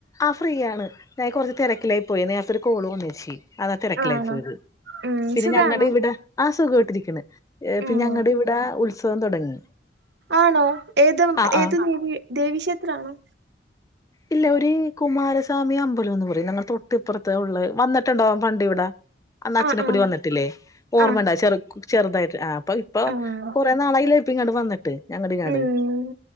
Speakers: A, on the left; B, on the right.
A: ആഹ് free ആണ്. ഞാൻ കുറച്ച് തിരക്കിലായി പോയി. നേരത്തെ ഒരു കോള് വന്നേച്ചി. അതാ തിരക്കിലായി
B: ആണോ
A: പോയത്.
B: ഉം
A: പിന്നെ
B: സുഖാണോ
A: ഞങ്ങടെ ഇവിടെ. ആഹ്. സുഖായിട്ടിരിക്ക്ണ്.
B: ഉം
A: പിന്നെ ഞങ്ങള ഇവിടെ. ഉത്സവം തുടങ്ങി..
B: ആണോ ഏത്
A: ആ
B: ഏത്.
A: ആ
B: ദേവി ദേവിക്ഷേത്രാണോ..
A: ഇല്ല. ഒരു.. കുമാരസാമി അമ്പലം എന്ന് പറയും. ഞങ്ങൾ തൊട്ട്ഇപ്പറത്ത് ഉള്ള. വന്നിട്ടുണ്ടൊ. പണ്ട് ഇവിടെ.. അന്ന് അച്ഛന്റെക്കൂടെ
B: ആഹ് ആഹ്
A: വന്നിട്ടില്ലേ. ഓർമ്മയുണ്ടാ..
B: ആഹ്
A: ചെറു ചെറുതായിട്ട് ആഹ്.. അപ്പ ഇപ്പൊ
B: ആഹ്
A: കുറേ നാളായിലേ ഇപ്പ ഇങ്ങണ്ട്. വന്നിട്ട്. <unintelligible>
B: ഉം